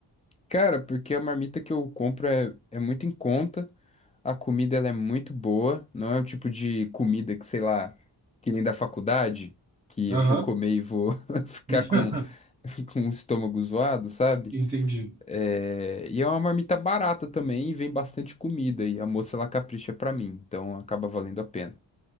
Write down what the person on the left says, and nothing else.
Cara, porque a marmita que eu compro é, é muito em conta, a comida ela é muito boa, não é o tipo de comida que, sei lá, que nem da faculdade, que
eu vou comer e vou <laughs> ficar
com, <laughs> com o estômago zoado, sabe?
É, e é uma marmita barata também, e vem bastante comida, e a moça ela capricha pra mim, então acaba valendo a pena.